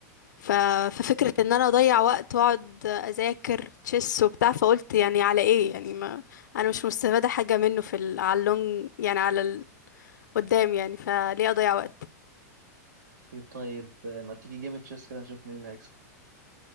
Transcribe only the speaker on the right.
إيه طيب آه، ما تيجي جيم تشيس كده نشوف مين اللي هيكسب